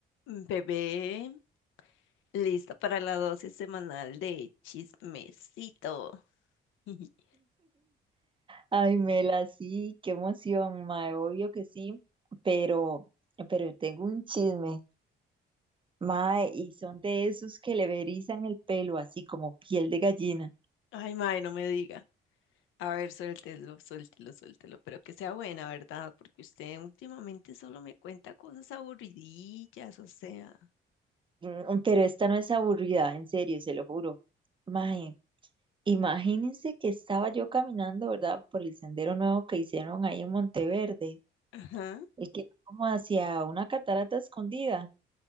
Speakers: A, on the left; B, on the right.
A: mm, Bebé, lista para la dosis semanal de chismecito. <laughs>
B: Ay, Mela, sí, qué emoción, mae, obvio que sí, pero, pero tengo un chisme, mae, y son de esos que le verizan el pelo así como piel de gallina.
A: Ay, mae, no me diga. A ver, suéltelo, suéltelo, suéltelo, pero que sea buena, ¿verdad? Porque usted últimamente solo me cuenta cosas aburridillas, o sea.
B: Mm, Pero esta no es aburrida, en serio, se lo juro. Mae, imagínense que estaba yo caminando, ¿verdad? Por el sendero nuevo que hicieron ahí en Monteverde,
A: Ajá,
B: el que va como hacia una catarata escondida.